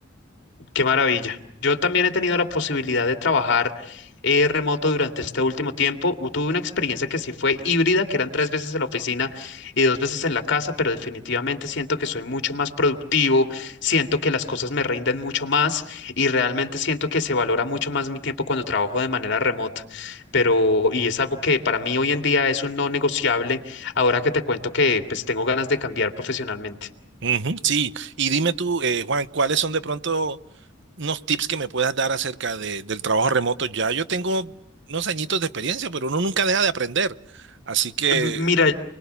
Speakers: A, on the left; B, on the right.
A: Qué maravilla. Yo también he tenido la posibilidad de trabajar eh, remoto durante este último tiempo. U- Tuve una experiencia que sí fue híbrida, que eran tres veces en la oficina y dos veces en la casa, pero definitivamente siento que soy mucho más productivo, siento que las cosas me rinden mucho más y realmente siento que se valora mucho más mi tiempo cuando trabajo de manera remota. Pero, y es algo que para mí hoy en día es un no negociable, ahora que te cuento que pues tengo ganas de cambiar profesionalmente.
B: Ujú, sí, y dime tú, eh, Juan, ¿cuáles son de pronto unos tips que me puedas dar acerca de- del trabajo remoto. Ya yo tengo unos añitos de experiencia, pero uno nunca deja de aprender. Así que...
A: M- Mira,